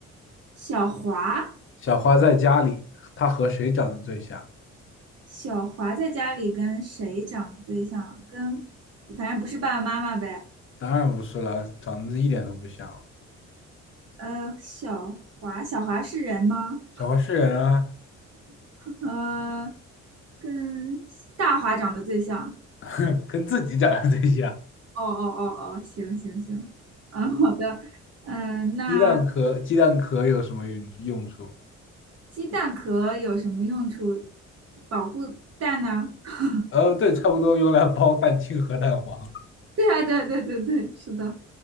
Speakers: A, on the right; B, on the left.
A: 小华，
B: 小花在家里，她和谁长得最像？
A: 小华在家里跟谁长得最像啊？跟反正不是爸爸妈妈呗。
B: 当然不是了，长得一点都不像。
A: 呃，小华，小华是人吗？
B: 小黄是人啊，
A: 呃，跟大华长得最像。
B: <laughs> 跟自己长得最像。
A: 哦哦哦哦，行行行，嗯，好的，嗯，那
B: 鸡蛋壳，鸡蛋壳有什么用用处？
A: 鸡蛋壳有什么用处？保护蛋呢？<laughs>
B: 呃，对，差不多用来包蛋清和蛋黄
A: 对啊，对对对对，是的。